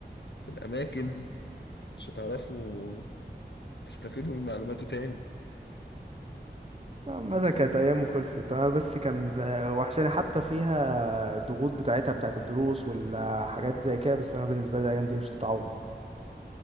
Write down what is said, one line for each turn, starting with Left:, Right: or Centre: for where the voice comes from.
Left: في الأماكن مش هتعرفوا تستفيدوا من معلوماته تاني
Right: آه، متى كانت أيام وخلصت أنا بس كان آه، وحشاني حتى فيها الضغوط بتاعتها بتاعت الدروس والحاجات زي كده بس أنا بالنسبة لي الأيام دي مش تتعوض